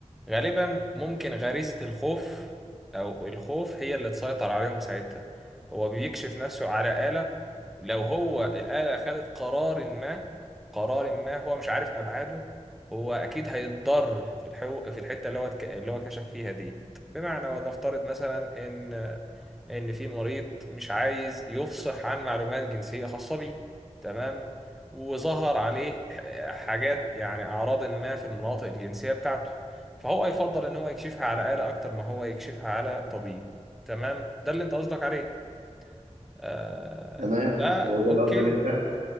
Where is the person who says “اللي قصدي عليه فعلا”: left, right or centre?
Right